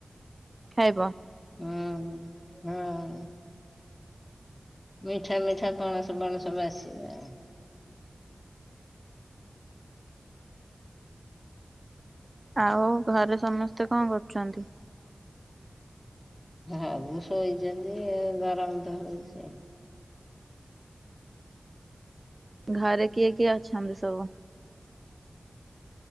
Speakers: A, on the right; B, on the left.
A: ଖାଇବ।
B: ହୁଁ ହୁଁ। ମିଠା ମିଠା ପଣସ ପଣସ ବାସିବା।
A: ଆଉ ଘରେ ସମସ୍ତେ କଣ କରୁଛନ୍ତି।
B: ସବୁ ସୋଇଚନ୍ତି ଗରମ ତ ହଉଛି।
A: ଘରେ କିଏ କିଏ ଅଛନ୍ତି ସବୁ।